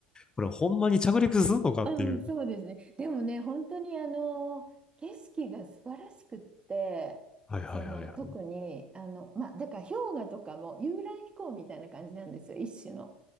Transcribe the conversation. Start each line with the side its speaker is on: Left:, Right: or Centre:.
Left: これほんまに着陸するのかっていう。
Right: うん、そうですね。でもね、本当にあの景色が素晴らしくって、
Left: はいはいはいはい。
Right: その特にあの、まあ、だから氷河とかも遊覧飛行みたいな感じなんですよ、一種の。